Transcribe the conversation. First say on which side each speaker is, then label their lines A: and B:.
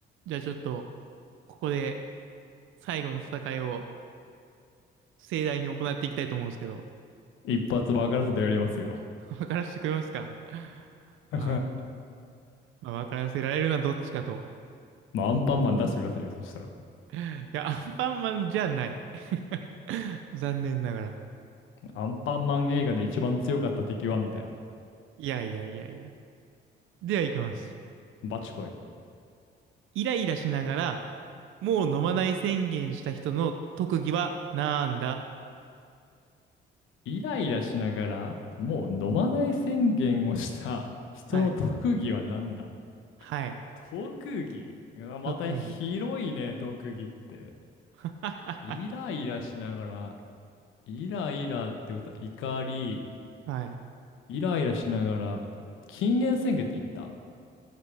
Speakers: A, on the right; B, on the left.
A: じゃあちょっと、ここで最後の戦いを盛大に行っていきたいと思うんですけど、
B: 一発分からせてやりますよ。
A: <laughs> 分からせてくれますか
B: <laughs>
A: あー、まあ、分からせられるのはどっちかと。
B: まあ、アンパンマン出してくださいよ、そしたら。
A: いや、アンパンマンじゃない。<laughs> 残念ながら。
B: アンパンマン映画で一番強かった敵はみたいな。
A: いやいやいやいや。では行きます。
B: バチコイ。
A: イライラしながら、もう飲まない宣言した人の特技はなんだ
B: イライラしながら、もう飲まない宣言をした人の特技は何だ
A: はい。はい。
B: 特技うわまた広いね、
A: 特技。
B: 特技って。
A: <laughs>
B: イライラしながら、イライラってことは怒り、
A: はい。
B: イライラしながら、禁煙宣言って言った